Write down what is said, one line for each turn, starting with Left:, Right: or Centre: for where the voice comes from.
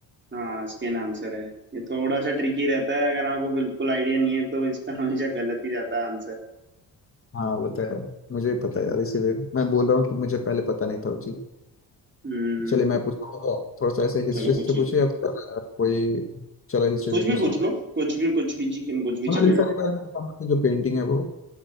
Right: हाँ स्किन आंसर है ये थोड़ा सा ट्रिकी रहता है अगर आपको बिल्कुल आइडिया नहीं है तो इसका <laughs> हमेशा गलत ही जाता है आंसर
Left: हाँ वो तो है मुझे भी पता है यार इसीलिए मैं बोल रहा हूँ कि मुझे पहले पता नहीं था वो चीज़
Right: हम्म
Left: चलिए मैं पूछता हूँ थोड़ा सा ऐसे हिस्ट्री
Right: चलो
Left: से
Right: पूछिए
Left: पूछिए अब कोई चलो हिस्ट्री
Right: कुछ
Left: से पूछता
Right: भी पूछ
Left: हूँ
Right: लो कुछ भी कुछ भी जी कुछ भी
Left: मोनालिसा
Right: चलेगा
Left: के बारे में बताओ, जो पेंटिंग है वो